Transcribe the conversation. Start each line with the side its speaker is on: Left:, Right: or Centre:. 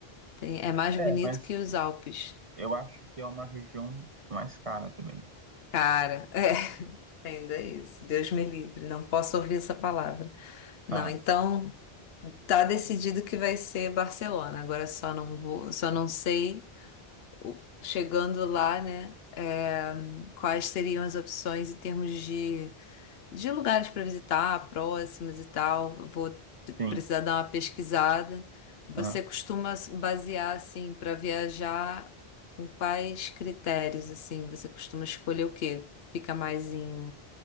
Left: Tem- é mais bonito
Right: É, mas
Left: que os Alpes.
Right: eu acho que é uma região mais cara também.
Left: Cara, é, <laughs> ainda é isso. Deus me livre, não posso ouvir essa palavra. Não,
Right: Ah,
Left: então tá decidido que vai ser Barcelona. Agora só não vou, só não sei o- chegando lá, né? é, quais seriam as opções em termos de, de lugares para visitar, próximos e tal. Eu Vou t-
Right: sim.
Left: precisar dar uma pesquisada. Você
Right: aham.
Left: costuma se basear assim para viajar com quais critérios assim? Você costuma escolher o quê? Fica mais em